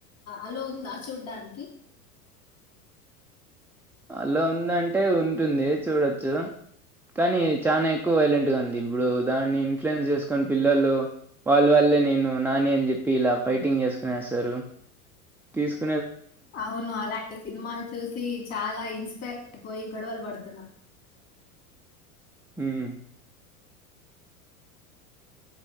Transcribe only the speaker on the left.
అలో ఉందా చూడుడానికి
అవును అలాంటి సినిమాలు చూసి చాలా ఇన్స్పైర్ అయిపోయి గోడువలు వడు